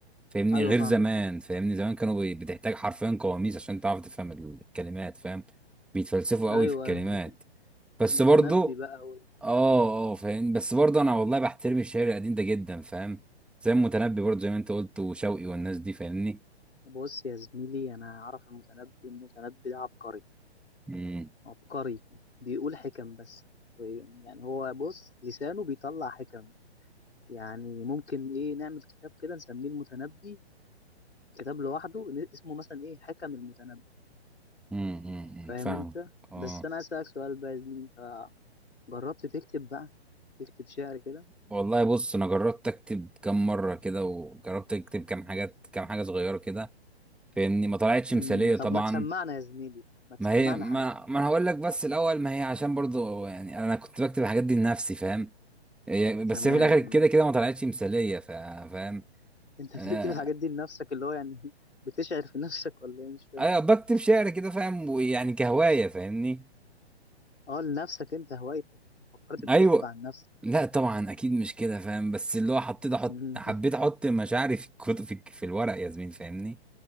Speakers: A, in the centre; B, on the left (about 80°).
A: فاهمني
B: ايوه
A: غير
B: فاهمك
A: زمان
B: فاهم
A: فاهمني زمان كانوا بي- بتحتاج حرفيا قواميس عشان تعرف تفهم الكلمات فاهم بيتفلسفوا قوي
B: ايوه
A: في الكلمات بس
B: المتنبي
A: برضو
B: بقى وال...
A: اه اه فاهم بس برضو انا والله بحترم الشعر القديم ده جدا فاهم زي المتنبي برضو زي ما انت قلت وشوقي والناس دي فاهمني
B: بص يا زميلي انا اعرف المتنبي المتنبي ده عبقري
A: امم
B: عبقري بيقول حكم بس حرفياً. يعني هو بص لسانه بيطلع حكم يعني ممكن ايه نعمل كتاب كده نسميه المتنبي كتاب لوحده ن- اسمه مثلا ايه حكم المتنبي
A: امم أمم، أمم،
B: فاهم
A: فاهم
B: انت
A: اه
B: بس انا عايز اسالك سؤال بقى يا زميلي انت جربت تكتب بقى تكتب شعر كده
A: والله بص انا جربت اكتب كام مره كده وجربت اكتب كام حاجات كام حاجه صغيره كده فاهمني ما طلعتش مثاليه
B: امم طب
A: طبعا
B: ما تسمعنا يا زميلي ما تسمعنا
A: ما هي ما,
B: حاجة
A: ما انا هقول لك بس الاول ما هي عشان برضو يعني انا كنت بكتب الحاجات دي لنفسي فاهم هي- بس
B: تمام
A: هي في الاخر كده
B: مم.
A: كده ما طلعتش مثاليه فا- فاهم
B: انت <laughs>
A: آه،
B: بتكتب الحاجات دي لنفسك اللي هو يعني <laughs> بتشعر في نفسك ولا ايه مش فاهم
A: ايوه بكتب شعر كده فاهم ويعني كهوايه فاهمني
B: اه لنفسك انت هوايتك فكرت بتكتب
A: ايوه
B: عن نفسك
A: لا طبعا اكيد مش كده فاهم بس اللي هو حطيت احط
B: مم.
A: حبيت احط مشاعري في الكتب في, في الورق يا زميل فاهمني